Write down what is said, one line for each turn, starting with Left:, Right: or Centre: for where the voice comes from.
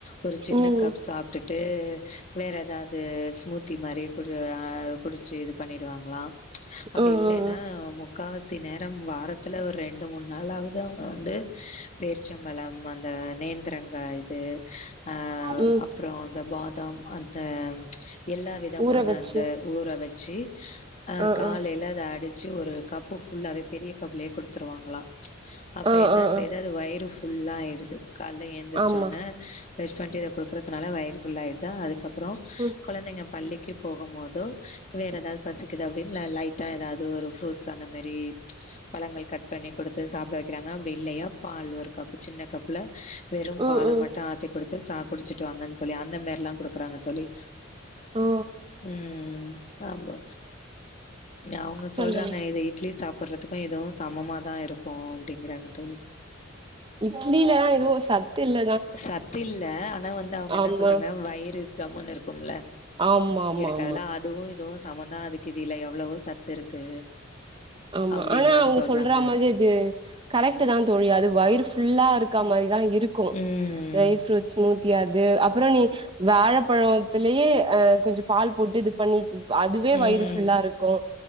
Left: ஒரு சின்ன
Right: ம் ம்
Left: கப் சாப் ட்டுட்டு வேற எதாவ்து ஸ்மூத்தி மாரி குடி ஆ குடிச்சு இது பண்ணிடுவாங்களா அப்டி
Right: ம்
Left: இல்லைன்னா
Right: ம்
Left: முக்காவஸ் சி நேரம் வாரத்துல ஒரு ரெண்டு மூண் நாளாவது அவுங்க வந்து பேர்ச்சம்பழோ அந்த நேந்தரங் கா இது ஆ
Right: ம்
Left: அப்பறோ அந்த பாதாம் அந்த எல்லா விதமான
Right: ஊற வச்சு
Left: அந்த ஊற வச்சு அ
Right: ஆ
Left: காலையில
Right: ஆ
Left: அத அடிச்சி ஒரு கப் பு ஃபுல்லாவே பெரிய கப்புலையே குடுத்துருவாங்களா அப்ப
Right: ஆ
Left: என்ன
Right: ஆ
Left: செய்து
Right: ஆ
Left: அது வயிறு ஃபுல்லா ஆயிடுது கால்ல எழுந்திரச்
Right: ஆமா
Left: சொன்னே பிரஷ் பண்ணிடு இத குடுக்கறதுனால வய்ரு ஃபுல்லாயிடுதா அதுக்கப்பறோ
Right: ம்
Left: கொழந்தைங்க பள்ளிக்கு போகு மோதோ வேற ஏதாவ்து பசிக்குது அப்டின்னு ல லைட்டா ஏதாவ்து ஒரு ஃப்ரூட்ஸ் ஸு அந்த மெரி பழங்கள் கட் பண்ணி குடுத்து சாப்ட வக்கிறாங்க அப்டி இல்லயா பால் ஒரு கப்பு சின்ன கப்ல வெறு பால
Right: ம் ம்
Left: மட்டு ஆத்தி குடுத்து சா குடிச்சுட்டு வாங்கனு சொல்லி அந்த மாரில்லா குடுக்குறாங்க தோழி
Right: ஆ
Left: ம் ஆமா அவுங்க
Right: சொல்லுங்க
Left: சொல்றாங் இது இட்லி சாப்ட்றதுக்கு இதுவு சமமா தா இருக்கு அப்டிங்கறாங்க தோழி
Right: இட்லியிலதா எதுவு சத்து இல்ல
Left: சத்து இல்ல ஆனா வந்து அவுங்க என்ன
Right: ஆமா
Left: சொல்றாங்க வயிறு கம்மனு இருக்கும்ல
Right: ஆம் ஆமா
Left: காதுல்லா
Right: ஆமா
Left: அதுவு இதுவு சமமந்தா அதுக்கு இது இதுல எவ்வளவோ சத்து இருக்கு
Right: ஆமா
Left: அப்டின்லா
Right: ஆனா அவுங்க
Left: சொல்றாங்க
Right: சொல்ற மாரி இது கரெக்ட் தா தோழி அது வய்ரு ஃபுல்லா இருக்க மாரிதா இருக்கு
Left: ம்
Right: ட்ரை ஃப்ரூட்ஸ் ஸ்முத்தி அது அப்பறோ நீ வாழப்பழத்தலயே அ கொஞ்சோ பால் போட்டு இது பண்ணி ப் அதுவே
Left: ம்
Right: வயிறு ஃபுல்லா இருக்கு